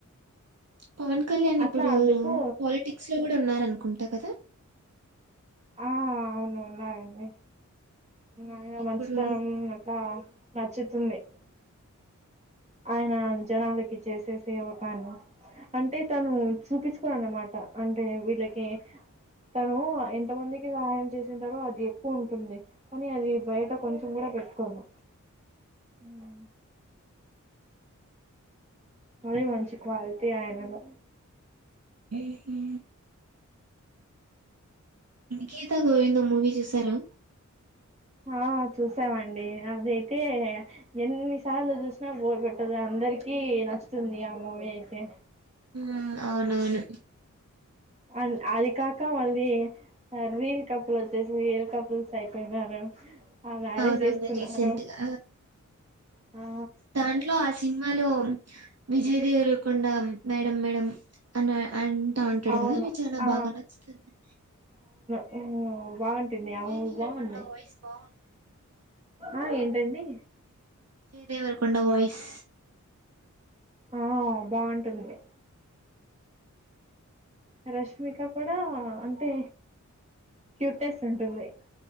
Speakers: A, on the right; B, on the right.
A: పవన్ కళ్యాణ్ ఇప్పుడు
B: అట్లా అందుకు
A: పాలిటిక్స్ లో కూడా హ్ ఉన్నారనుకుంటా కదా
B: ఆ అవును ఉన్నానండి
A: ఉమ్
B: ఆయన
A: ఇప్పుడు
B: మంచుతనం అట్లా నచ్చుతుంది ఆయన జనాలకి కి చేసే సేవ కాని అంటే తను చూపిచు అన్నమాట అంటే వీళ్ళకి తను ఎంత మందికి సహాయం చేసింటారో అది ఎక్కువ ఉంటుంది కానీ అది బయట కొంచెం కూడా పెట్టుకోదు హ అదే మంచింది క్వాలిటీ ఆనలో
A: ఏహా గీతా గోవిందం మూవీ చూసారా
B: ఆ చూసామండి అదైతే ఎన్నిసార్లు చూసినా బోర్ కొట్టదు అందరిక నచ్చుతుంది ఆ మూవీ అయితే
A: ఆ అవును అవును
B: అ అది కాక మళ్ళీ రీల్ కప్పులు వచ్చేసి రియల్ కప్పుల్స్ అయిపోయినారు ఆ మ్యారేజ్
A: అవునవును
B: చేసుకున్నారు
A: రీసెంట్గా
B: ఆ
A: దాంట్లో ఆసీ సినిమాలో విజయ్ దేవరకొండ మేడం మేడం అన్న అంటూ అంటాడు
B: అవును
A: కదా మీ చాలా
B: ఆ
A: బాగా నచ్చుతుంది
B: ఉహు బాగుంటా బాగుంటుంది
A: విజయ్
B: ఆ మూవీ
A: దేవరకొండ
B: బాగుంది
A: వాయిస్ బాగుంటుంది కదా
B: ఆ ఏంటండి
A: విజయదేవర కొండ వోయిస్
B: ఆ బాగుంటుంది రష్మిక కూడా అంటే క్యూట్నెస్ ఉంటుంది